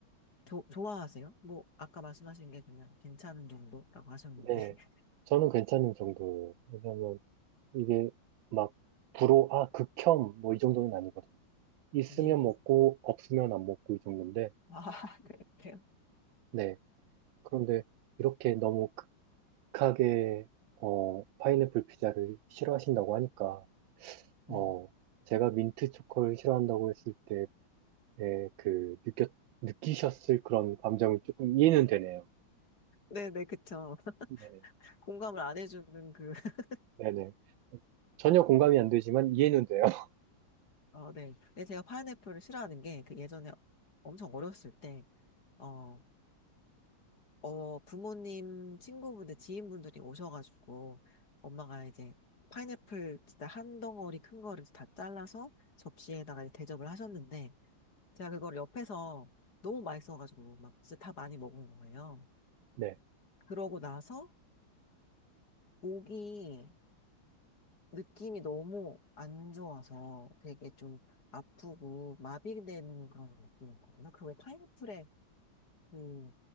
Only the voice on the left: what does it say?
조, 좋아하세요? 뭐, 아까 말씀하신 게 그냥 괜찮은 정도라고 하셨는데.
<laughs>
네.
아, <laughs> 그래요?
네.
네네, 그쵸. <laughs>
공감을 안 해주는 그, <laughs>
어, 네. 근데 제가 파인애플을 싫어하는 게, 그 예전에 엄청 어렸을 때, 어, 어, 부모님, 친구분들, 지인분들이 오셔가지고, 엄마가 이제 파인애플 진짜 한 덩어리 큰 거를 다 잘라서 접시에다가 이제 대접을 하셨는데, 제가 그걸 옆에서 너무 맛있어가지고, 막 진짜 다 많이 먹은 거예요.
그러고 나서, 목이 느낌이 너무 안 좋아서 되게 좀 아프고 마비되는 그런 느낌이었거든요. 그 왜 파인애플에 그,